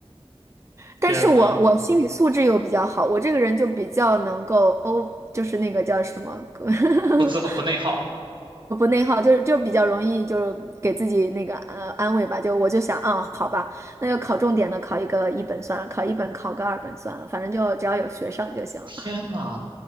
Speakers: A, on the right; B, on the right.
A: 但是我我心理素质又比较好，
B: 天呐，
A: 我这个人就比较能够欧，就是那个叫什么，<laughs>
B: 不自不内耗。
A: 不内耗，就是就比较容易就是给自己那个呃安慰吧，就我就想，啊，好吧，那就考重点的，考一个一本算了，考一本考个二本算了，反正就只要有学上就行了。
B: 天呐，